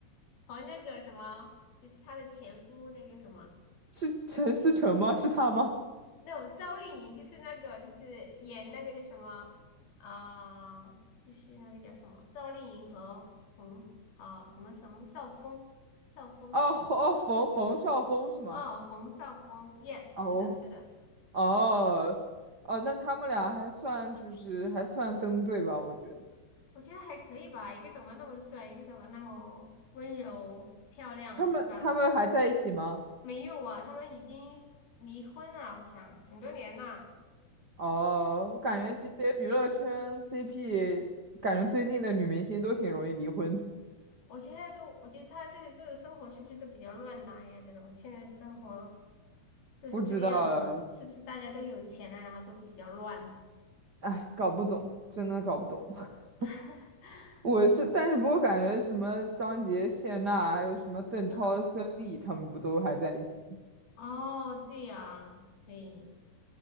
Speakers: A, on the left; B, on the right.
A: 和那个什么，就是她的前夫那个什么，
B: 是陈思诚吗？是他吗？
A: 那种赵丽颖就是那个就是演那个叫什么啊、就是那个叫什么赵丽颖和冯啊、什么什么少峰，绍峰什么
B: 哦哦，冯冯绍峰是吗？
A: 哦，冯绍峰，耶、
B: 哦
A: 是的，是的。
B: 哦哦，那他们俩还算就是还算登对吧？我觉得
A: 我觉得还可以吧，一个长得那么帅，一个长得那么温柔漂亮，
B: 他们他们还在一起吗？
A: 是吧？没有啊，他们已经离婚了，好像很多年了。
B: 哦，我感觉这些娱乐圈
A: 然后这，
B: CP，感觉最近的女明星都挺容易离婚的。
A: 我觉得都，我觉得他这个这个生活是不是都比较乱来呀？这种现在生活都是这个样子吗？
B: 不知道了，
A: 是不是大家都有钱了，然后都比较乱？
B: 哎，搞不懂，真的搞不懂。<laughs>
A: <laughs>
B: 我是，但是不过感觉什么张杰、谢娜，还有什么邓超、
A: 嗯，
B: 孙俪，他们不都还在一起吗？
A: 哦，对呀，所以